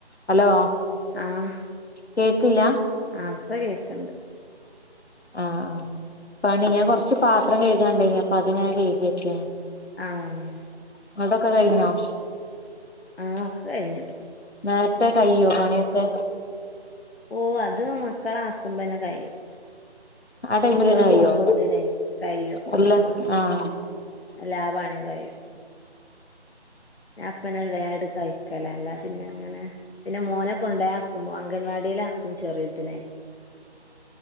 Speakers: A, on the left; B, on the left.
A: ഹലോ
B: ആഹ്
A: കേക്ക്ല്ല
B: ആഹ് പ്പ കേക്ക്‌ണ്ട്
A: ആഹ് ആഹ് പണി ഞാ കൊർ ച്ച് പാത്രം കെഴ്കാണ്ടയിനി അപ്പ അത്ങ്ങനെ കെയ്കി വച്ച്
B: ആഹ്
A: ങ്ങൾതൊക്കെ കയ്ഞ്ഞോ
B: ആഹ് ഒക്കെ കയ്ഞ്ഞു
A: നേര്ത്തെ കയ്യോ പണിയൊക്കെ
B: ഓഹ് അത് മക്കള ആക്കുമ്പോന്നെ കഴിയും
A: ആ ടൈമിലെന്നെ
B: മക്കള്
A: കയ്യോ
B: പോകുമ്പോത്തിനെ കയ്യു
A: അല്ല ആഹ്
B: എല്ലാ പണിം കയും ഞ അപ്പന്ന ഒരു വാട് കഴിക്കല അല്ല പിന്നെ അങ്ങനെ പിന്നെ മോനെ കൊണ്ടയാക്കുമ്പോ അംഗൻവാടിയില ആക്കും ചെറിയതിനെ